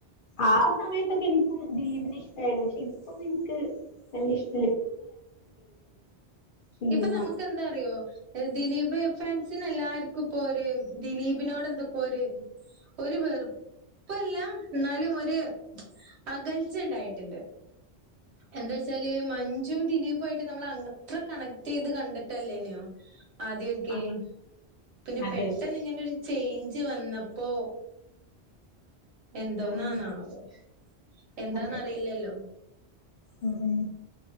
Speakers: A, on the left (about 55°); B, on the right (about 70°).
A: ആ സമയത്തൊക്കെ എനിക്കും ദിലീപിനെ ഇഷ്ടായിരുന്നു പക്ഷെ ഇപ്പം എൻക്ക് വലൃ ഇഷ്ട ഫിലിമ്
B: ഇപ്പം നമുക്കെന്താറിയോ ദിലീപ് ഫാൻസിന് എല്ലാർക്കിപ്പോര് ദിലീപിനോട് എന്തൊക്കോര് ഒരു വെറുപ്പല്ല എന്നാലും ഒരു അകൽച്ച ഉണ്ടായിട്ടുണ്ട് എന്താ വച്ചാല് മഞ് റ്റും ദിലീപുമായിട്ട് നമ്മൾ അങ്ങത്ര കണക്ട് ചെയ്ത് കണ്ടിട്ടല്ലേനിയോ ആദ്യക്കെ
A: ആ
B: പിന്നെ
A: അതെ
B: പെട്ടെന്നിങ്ങനൊരു ചേഞ്ചുവന്നപ്പോ എന്തോന്നന്നാണാവോ
A: ഉം
B: എന്താന്നറിയില്ലല്ലോ
A: അതെ ഉം ഉം